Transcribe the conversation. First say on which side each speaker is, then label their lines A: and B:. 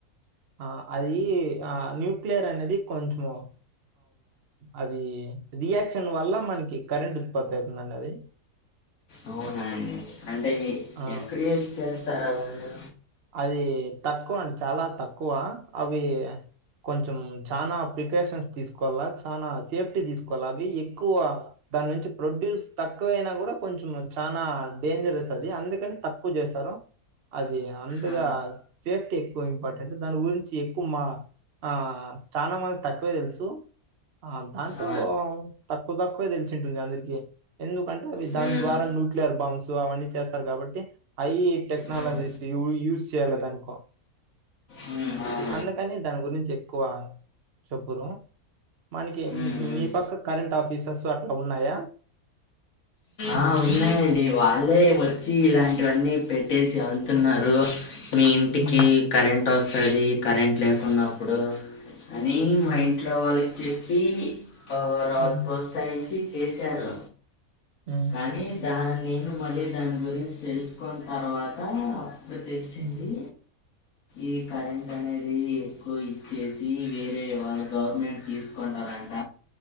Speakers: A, on the right; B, on the left.
A: ఆ అది ఆ న్యూక్లియర్ అనేది కొంచము అది రియాక్షన్ వల్ల మనకి కరెంట్ ఉత్పత్తి అవుతుందండి అది
B: అవునండి అంటే
A: ఆ!
B: ఎక్కడ యూస్ చేస్తారు అవన్నీ
A: అది తక్కువ అండి చాల తక్కువ అవి కొంచెం చానా ప్రికాషన్స్ తీసుకోవాలా చాన సేఫ్టీ తీసుకోవాలా అవి ఎక్కువ దాని నుంచి ప్రొడ్యూస్ తక్కువయినా కూడా కొంచెం చాలా డేంజరస్ అది అందుకని తక్కువ చేశారు అది అందుగా
B: ఆ,
A: సేఫ్టీ ఎక్కువ ఇంపార్టెంట్ దాని గురించి ఎక్కువ మా ఆ చాన మందికి తక్కువే తెలుసు ఆ దాంట్లో
B: ఆ,
A: తక్కువ తక్కువే తెలిచి ఉంటుంది అందరికి ఎందుకంటే అవి దాని
B: ఉమ్,
A: ద్వారా న్యూక్లియర్ బాంబ్స్ అవన్నీ చేస్తారు కాబట్టి అయి టెక్నాలజీస్
B: ఉమ్,
A: <unintelligible> యూస్ చేయాలి దానికో
B: ఆ
A: అందుకని దాని గురించి ఎక్కువ చొప్పురు మనకి
B: ఉమ్,
A: మీ
B: ఉమ్.
A: పక్క కరెంట్ ఆఫీసర్స్ అట్ల ఉన్నాయ
B: ఆ ఉన్నాయండి వాళ్ళే వచ్చి ఇలాంటివన్నీ పెట్టేసి వెళ్తున్నారు మీ ఇంటికి
A: ఉమ్,
B: కరెంట్ వస్తుంది కరెంట్ లేకున్నప్పుడు అని మా
A: ఉమ్,
B: ఇంట్లో వాళ్ళకి చెప్పి ఒక
A: ఉమ్,
B: <unintelligible> టైం కి చేశారు
A: ఉమ్,
B: కానీ దా నేను మళ్ళీ దాని గురించి తెలుసుకున్న తర్వాత <unintelligible> తెలిసింది
A: ఉమ్,
B: ఈ కరెంట్ అనేది ఎక్కువ ఇచ్చేసి వేరే వాళ్ళు గవర్నమెంట్ తీసుకుంటారంట